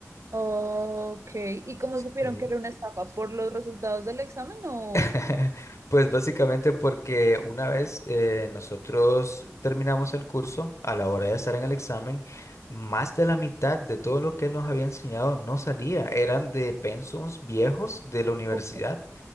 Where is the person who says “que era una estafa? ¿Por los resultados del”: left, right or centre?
Right